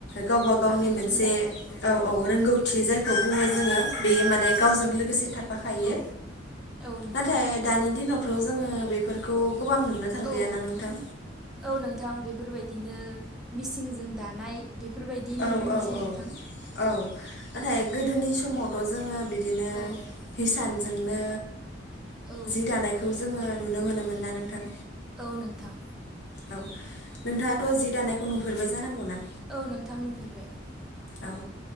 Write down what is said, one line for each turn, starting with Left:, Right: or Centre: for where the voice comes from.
Left: गावबा गावनि
Centre: आखाइजों
Left: मोनसे
Centre: दानाय
Left: औ औ रोंगौ थि जायखौ बुङो जोङो बेयो माने गावजों लोगोसे थाब फाखायो
Centre: औ औ नोंथां
Left: नाथाय दानि दिनावथ जोङो बेफोरखौ गोबां नुनो थांलियाना
Centre: औ
Left: नोंथां
Centre: औ नोंथां बेफोरबायदिनो मिसिंनजों दानाय बायदि नुनो
Left: औ
Centre: मोनसै
Left: औ
Centre: नोंथां
Left: औ औ नाथाय गोदोनि समावथ जोङो बिदिनो
Centre: औ
Left: हिसान जोंनो
Centre: औ
Left: जि दानायखौ जोङो नुनो मोनोमोन ना नोंथां
Centre: औ नोंथां
Left: औ नोंथाङाथ जि दानायखौ नुफेरबाय जानांगौ ना
Centre: औ नोंथां नुफेरबाय
Left: औ